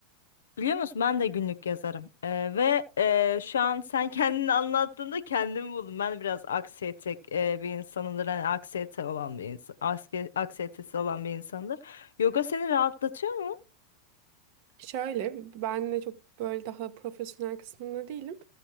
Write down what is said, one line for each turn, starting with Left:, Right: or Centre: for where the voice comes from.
Left: Biliyor musun ben de günlük yazarım Ee, ve e, şu an sen <laughs> kendini anlattığında kendimi buldum. Ben biraz aksiyetek e, bir insanımdır. Hani aksiyete olan bir insan, aske- aksiyetesi olan bir insandır. Yoga seni rahatlatıyor mu?
Right: Şöyle ben de çok böyle daha profesyonel kısmında değilim.